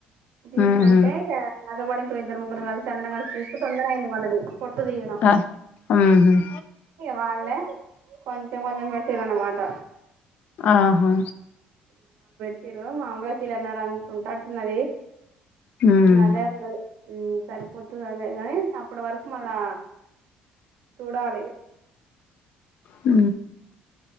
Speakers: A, on the right (about 70°); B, on the left (about 50°).
A: దిస్త
B: మ్మ్హ్మ్.
A: బేగా రాధపడి ఇద్దరు ముగగురు కలిసిందం కలిసి చస్తూ తొందర అయింది వాళ్ళది పొట్టుదియటం
B: ఆ, మ్మ్హ్మ్.
A: వాళ్ళ కొంచెం కొంచమ పెట్టిరన్నమాట
B: ఆహా
A: మీరు మామలుగా కీలన్నార అంత ఉంటాటున్నది
B: మ్మ్.
A: అదే ఉండది సరిపోతుంది అదే కాని అప్పటి వరకు మళ్ళా చూడాలి
B: అ